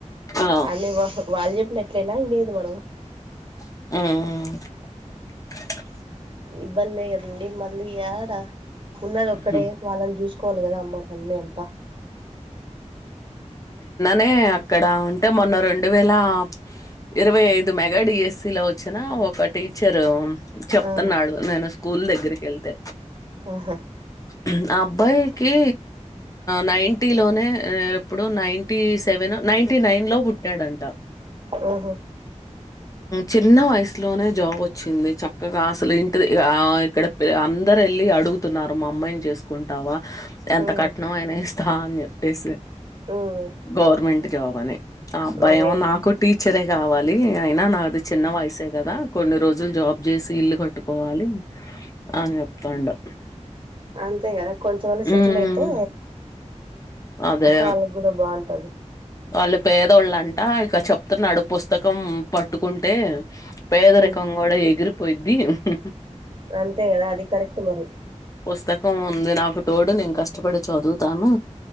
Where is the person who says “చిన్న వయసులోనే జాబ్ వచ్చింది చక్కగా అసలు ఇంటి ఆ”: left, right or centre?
Left